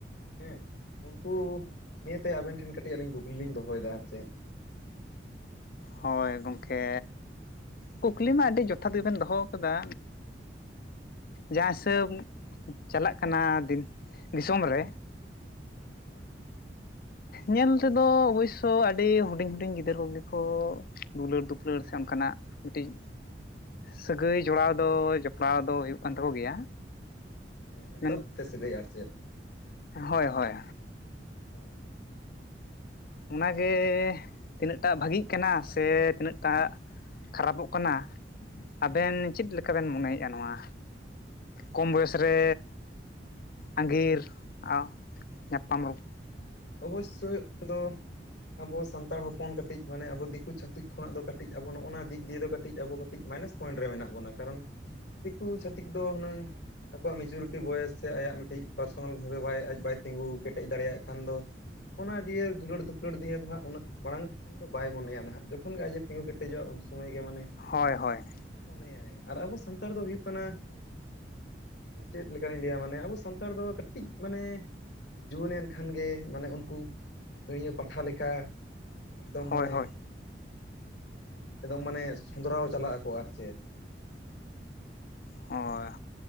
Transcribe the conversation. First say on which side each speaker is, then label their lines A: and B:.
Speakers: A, on the left; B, on the left.
A: ᱦᱮᱸ, ᱩᱱᱠᱩ ᱱᱤᱭᱟᱹᱛᱮ ᱟᱵᱮᱱ ᱴᱷᱮᱱ ᱠᱟᱹᱴᱤᱡ ᱟᱹᱞᱤᱧ ᱠᱩᱠᱞᱤ ᱞᱤᱧ ᱫᱚᱦᱚᱭᱮᱫᱟ ᱟᱨ ᱪᱮᱫ,
B: ᱦᱳᱭ ᱜᱚᱝᱠᱮ ᱠᱩᱠᱞᱤ ᱢᱟ ᱟᱹᱰᱤ ᱡᱚᱛᱷᱟᱛ ᱜᱮᱵᱮᱱ ᱫᱚᱦᱚ ᱠᱟᱫᱟ,
A: ᱦᱮᱸ
B: ᱡᱟᱦᱟᱸ ᱦᱤᱥᱟᱹᱵ ᱪᱟᱞᱟᱜ ᱠᱟᱱᱟ ᱫᱤᱱ ᱫᱤᱥᱚᱢ ᱨᱮ,
A: ᱦᱮᱸ,
B: ᱧᱮᱞ ᱛᱮᱫᱚ ᱚᱵᱚᱥᱥᱚ ᱟᱹᱰᱤ ᱦᱩᱰᱤᱧ ᱦᱩᱰᱤᱧ ᱜᱤᱫᱟᱹᱨ ᱠᱚᱜᱮ ᱠᱚ ᱫᱩᱞᱟᱹᱲ ᱫᱩᱯᱞᱟᱹᱲ, ᱥᱮ ᱚᱱᱠᱟᱱᱟᱜ ᱢᱤᱫᱴᱤᱡ ᱥᱟᱹᱜᱟᱹᱭ ᱡᱚᱲᱟᱣ ᱫᱚ ᱡᱚᱯᱲᱟᱣ ᱫᱚ ᱦᱩᱭᱩᱜ ᱠᱟᱱ ᱛᱟᱠᱚ ᱜᱮᱭᱟ᱾
A: ᱦᱮᱸ, ᱢᱮᱱᱫᱚ
B: ᱢᱮᱱ
A: ᱥᱟᱹᱜᱟᱹᱭ ᱟᱨ ᱪᱮᱫ?
B: ᱦᱳᱭ ᱦᱳᱭ
A: ᱦᱮᱸ,
B: ᱚᱱᱟᱜᱮ ᱛᱤᱱᱟᱹᱜᱴᱟ ᱵᱷᱟᱜᱤᱜ ᱠᱟᱱᱟ ᱥᱮ ᱛᱤᱱᱟᱹᱜᱴᱟᱜ ᱠᱷᱟᱨᱟᱯᱚᱜ ᱠᱟᱱᱟ, ᱟᱵᱮᱱ ᱪᱮᱫ ᱞᱮᱠᱟ ᱵᱮᱱ ᱢᱚᱱᱮᱭᱮᱫᱼᱟ ᱱᱚᱣᱟ? ᱠᱚᱢ ᱵᱚᱭᱮᱥ ᱨᱮ᱾ ᱟᱸᱜᱤᱨ ᱟ ᱧᱟᱯᱟᱢ ᱨᱚ
A: ᱚᱵᱚᱥᱥᱳᱭ, ᱟᱫᱚ ᱟᱵᱚ ᱥᱟᱱᱛᱟᱲ ᱦᱚᱯᱚᱱ ᱠᱟᱹᱴᱤᱡ ᱢᱟᱱᱮ ᱟᱵᱚ ᱫᱤᱠᱩ ᱪᱷᱟᱹᱛᱤᱠ ᱠᱷᱚᱱᱟᱜ ᱫᱚ ᱠᱟᱹᱴᱤᱡ ᱟᱵᱚ ᱱᱚᱜᱼᱚᱱᱟ ᱫᱤᱠ ᱫᱤᱭᱮ ᱫᱚ ᱠᱟᱹᱴᱤᱡ ᱟᱵᱚ ᱠᱟᱹᱴᱤᱡ ᱢᱟᱭᱱᱟᱥ ᱯᱚᱭᱮᱱᱴ ᱨᱮ ᱢᱮᱱᱟᱜ ᱵᱚᱱᱟ, ᱠᱟᱨᱚᱱ ᱫᱤᱠᱩ ᱪᱷᱟᱹᱛᱤᱠ ᱫᱚ ᱦᱩᱱᱟᱹᱝ ᱟᱠᱚᱣᱟᱜ ᱢᱤᱪᱩᱨᱤᱴᱤ ᱵᱚᱭᱮᱥ ᱥᱮ ᱟᱭᱟᱜ ᱢᱤᱫᱴᱤᱡ ᱯᱟᱨᱥᱚᱱᱟᱞ ᱵᱷᱟᱵᱮ ᱵᱟᱭ ᱟᱡ ᱵᱟᱭ ᱛᱤᱸᱜᱩ ᱠᱮᱴᱮᱡ ᱫᱟᱲᱮᱭᱟᱜ ᱠᱷᱟᱱ ᱫᱚ ᱚᱱᱟ ᱫᱤᱭᱮ ᱫᱩᱞᱟᱹᱲ ᱫᱩᱯᱩᱞᱟᱹᱲ ᱫᱤᱭᱮ ᱫᱚ ᱦᱟᱸᱜ ᱩᱱᱟᱹᱜ ᱢᱟᱲᱟᱝ ᱩᱱ ᱫᱚ ᱵᱟᱭ ᱢᱚᱱᱮᱭᱟ ᱱᱟᱦᱟᱜ ᱡᱚᱠᱷᱚᱱ ᱜᱮ ᱟᱡᱮ ᱛᱤᱸᱜ ᱠᱮᱴᱮᱡᱚᱜ, ᱩᱱ ᱥᱚᱢᱚᱭ ᱜᱮ ᱢᱟᱱᱮ᱾
B: ᱦᱳᱭ, ᱦᱳᱭ,
A: ᱦᱮᱸ ᱢᱚᱱᱮᱭᱟᱭ, ᱟᱨ ᱟᱵᱚ ᱥᱟᱱᱛᱟᱲ ᱫᱚ ᱦᱩᱭᱩᱜ ᱠᱟᱱᱟ ᱪᱮᱫ ᱞᱮᱠᱟᱤᱧ ᱞᱟᱹᱭᱟ ᱢᱟᱱᱮ ᱟᱵᱚ ᱥᱟᱱᱛᱟᱲ ᱫᱚ ᱠᱟᱹᱴᱤᱡ ᱢᱟᱱᱮ ᱡᱩᱣᱟᱹᱱ ᱮᱱ ᱠᱷᱟᱱ ᱜᱮ ᱢᱟᱱᱮ ᱩᱱᱠᱩ ᱟᱹᱲᱭᱟᱹ ᱯᱟᱴᱷᱟ ᱞᱮᱠᱟ, ᱮᱠᱫᱚᱢ
B: ᱦᱳᱭ
A: ᱢᱟᱱᱮ
B: ᱦᱳᱭ
A: ᱮᱠᱫᱚᱢ ᱢᱟᱱᱮ ᱥᱚᱸᱫᱽᱨᱟᱣ ᱪᱟᱞᱟᱜ ᱟᱠᱚ᱾ ᱟᱨ ᱪᱮᱫ?
B: ᱦᱳᱭ,